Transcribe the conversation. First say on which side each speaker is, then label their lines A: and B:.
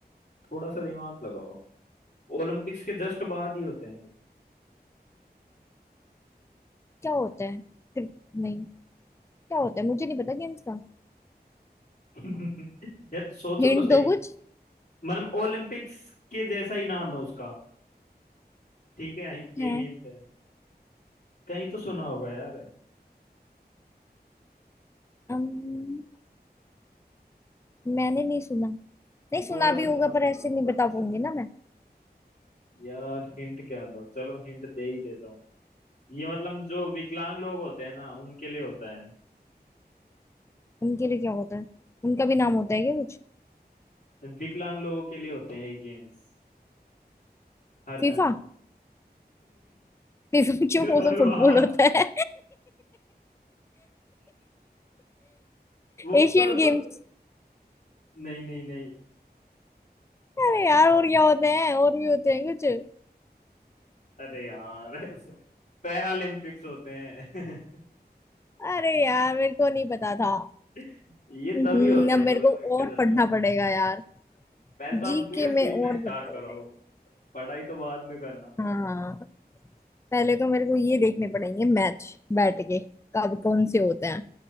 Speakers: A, on the left; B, on the left.
A: थोड़ा सा दिमाग लगाओ ओलंपिक्स के जस्ट बाद ही होते हैं
B: क्या होता है फिर- नहीं क्या होता है मुझे नहीं पता गेम्स का
A: ये। <laughs> यार सोचो
B: हिंट
A: तो सही
B: दो कुछ
A: मतलब ओलंपिक्स के जैसा ही नाम है उसका ठीक है ये
B: है
A: हिंट है कहीं तो सुना होगा यार
B: अम, मैंने नहीं सुना नहीं
A: थोड़ा
B: सुना भी
A: सा
B: होगा
A: दिमाग
B: पर
A: लगाओ
B: ऐसे नहीं
A: बता
B: बता
A: सकते
B: पाऊंगी ना मैं
A: हो। यार हिंट क्या दो चलो हिंट दे ही देता हूँ ये मतलब जो विकलांग लोग होते हैं ना उनके लिए होता है
B: उनके लिए क्या होता है उनका भी नाम होता है क्या कुछ
A: विकलांग लोगों के लिए होते हैं ये गेम्स हर
B: फीफा
A: कंट्री
B: निजाम क्यों वो
A: भगवान
B: तो फुटबॉल होता है
A: वो
B: Asian games
A: नहीं नहीं नहीं
B: अरे यार और क्या होते हैं और भी होते हैं कुछ
A: अरे यार पैरालंपिक्स होते हैं
B: अरे यार मेरे को नहीं पता था
A: <laughs> ये
B: हम्म,
A: तभी होते
B: अब
A: हैं
B: मेरे
A: ओलंपिक्स
B: को
A: के
B: और
A: जस्ट
B: पढ़ना
A: बाद
B: पड़ेगा यार
A: पहले तो आप
B: जीके
A: गेम्स
B: में
A: देखना
B: और
A: स्टार्ट
B: पढ़ना
A: करो
B: पड़ेगा
A: पढ़ाई तो बाद में करना
B: हाँ पहले तो मेरे को ये देखने पड़ेंगे मैच बैठ के कब कौन से होते हैं